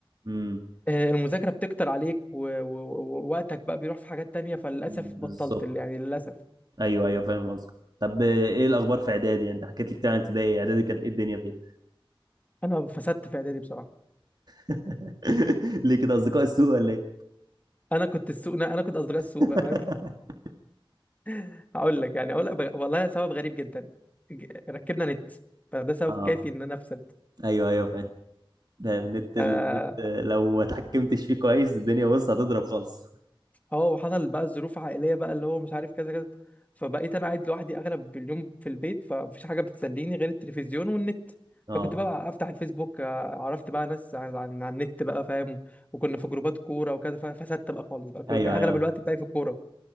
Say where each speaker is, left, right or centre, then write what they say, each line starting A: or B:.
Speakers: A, on the right (about 45°); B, on the left (about 15°).
A: امم
B: آه، المذاكرة بتكتر عليك و- و- ووقتك بقى بيروح في حاجات تانية فللأسف
A: بالظبط
B: بطلت اللي- يعني للأسف
A: أيوه أيوه فاهم قصدك. طب آه، إيه الأخبار في إعدادي؟ أنت حكيت لي كتير عن ابتدائي، إعدادي كانت إيه الدنيا فيها؟
B: أنا فسدت في إعدادي بصراحة
A: <laughs> ليه كده أصدقاء السوء ولا إيه؟
B: أنا كنت السوق أنا كنت أصدقاء السوق
A: <laughs>
B: بقى، فاهم <laughs> هقول لك يعني أقول لك بغ- والله سبب غريب جدا ج- ركبنا نت فده سبب
A: أه
B: كافي إن أنا أفسد
A: أيوه أيوه فاهم. ده النت النت
B: آه،
A: لو ما اتحكمتش فيه كويس الدنيا بص هتضرب خالص
B: اه وحصل بقى ظروف عائليه بقى اللي هو مش عارف كذا كذا فبقيت انا قاعد لوحدي اغلب اليوم في البيت فمفيش حاجه بتسليني غير التلفزيون والنت
A: اه
B: فكنت بقى افتح الفيسبوك آه، عرفت بقى ناس عن عن عن النت بقى فاهم وكنا في جروبات كوره وكذا ف- فسدت بقى خالص بقى كنت
A: ايوه
B: كان
A: ايوه
B: اغلب الوقت بتاعي في الكوره